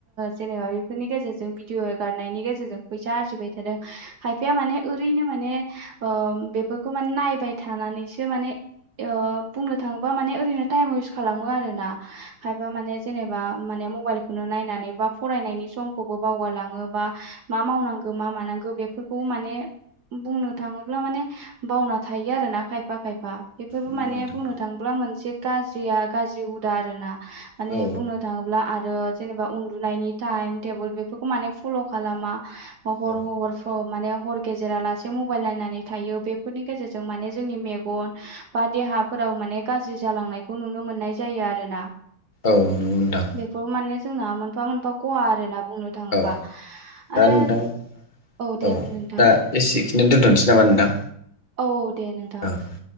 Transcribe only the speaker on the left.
नंगौ
नोंथां
औ
औ
औ नंगौ नोंथां।
औ दा
नोंथां
औ
दा एसेखिनि दोन्थ'नोसै नामा नोंथां?
औ